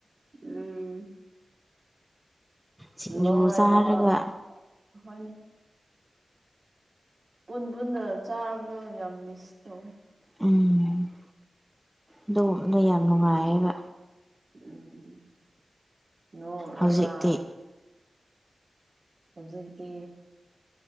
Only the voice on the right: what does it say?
ꯎꯝ
ꯂꯣꯏ
ꯅꯃꯛ ꯍꯣꯏꯅ ꯄꯨꯟ ꯄꯨꯟꯗ ꯆꯥꯕꯗꯣ ꯌꯥꯝ ꯃꯤꯁ ꯇꯧꯋꯤ
ꯎꯝ ꯅꯣꯛꯔꯒ
ꯍꯧꯖꯤꯛꯀꯤ